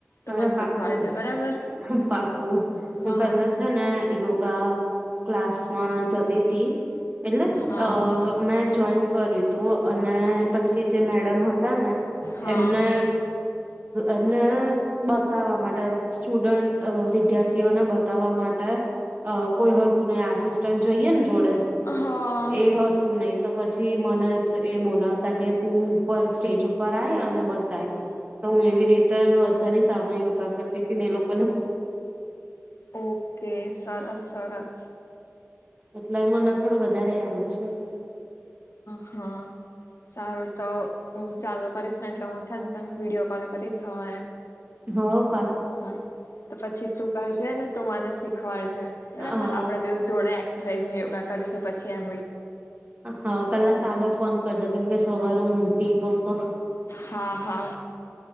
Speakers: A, on the left; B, on the right.
A: તું
B: અરે
A: મને
B: <unintelligible>
A: શીખવાડજે બરાબર
B: હું
A: હા
B: પેલા છે, ને યોગા ક્લાસમાં જતી હતી. એટલે
A: હા
B: અ મેં જોઈન કર્યું તું અને પછી જે મેડમ હતા ને
A: હા
B: એમને એને બતાવવા માટે સ્ટુડન્ટ વિ વિદ્યાર્થીઓને બતાવવા માટે અ કોઈ ને આસિસ્ટન્ટ જોઈએ ને જોડે
A: હા
B: એ હતું નહી તો પછી. મને જ એ બોલાવતા કે તું ઉપર સ્ટેજ ઉપર આય અને બતાય તો હું એવી રીતે ન સાય યોગા કરતી હતી મેં લોકો
A: ઓકે સરસ સરસ.
B: એટલે મને થોડું વધારે આવડે છે. <inaudible>
A: હા સારું તો હું ચાલુ કરીશ ને એટલે હું છે ને તને વિડીયો કોલ કરીશ હવારે.
B: હ.
A: હા તો પછી તું કરજેને તું મને શીખવાડજે બરાબર
B: હા
A: આપડા બેઉ જોડે રહીને યોગા કરીશું પછી અ
B: હા પેલા સાદો ફોન કરજો કેમ કે સવારે ઊઘટી હવ તો હ
A: હા હા